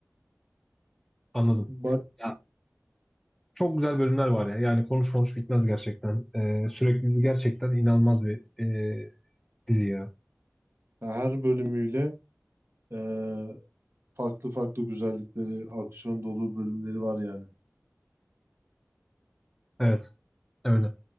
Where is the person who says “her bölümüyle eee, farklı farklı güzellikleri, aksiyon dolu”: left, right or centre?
Right